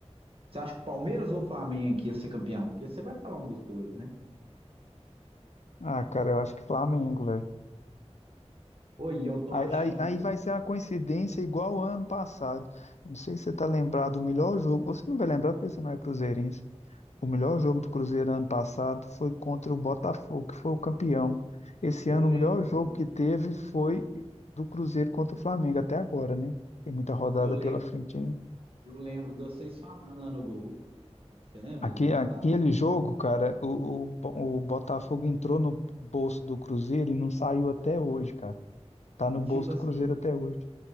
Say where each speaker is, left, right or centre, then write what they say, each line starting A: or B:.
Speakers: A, on the right; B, on the left.
A: você acha que o Palmeiras ou o Flamengo que ia ser campeão? Porque você vai falar um dos dois, né?
B: Ah, cara, eu acho que Flamengo, velho.
A: Oi, eu tô
B: Aí,
A: achando
B: aí, aí
A: que
B: vai ser uma coincidência igual ao ano passado. Não sei se você tá lembrado do melhor jogo. Você não vai lembrar porque você não é cruzeirense. O melhor jogo do Cruzeiro ano passado foi contra o Botafogo, que foi o campeão. Esse
A: eu
B: ano,
A: lembro
B: o melhor jogo
A: do,
B: que teve foi do Cruzeiro contra o Flamengo, até agora, né? Tem muita rodada
A: eu lembro,
B: pela frente ainda.
A: eu lembro de vocês falando lá no grupo. Você lembra
B: Aque-
A: do
B: Aquele
A: tá?
B: jogo, cara, o, o, Bo- o Botafogo entrou no bolso do Cruzeiro e não saiu até hoje, cara. Tá no
A: E tipo
B: bolso do
A: assim,
B: Cruzeiro até hoje.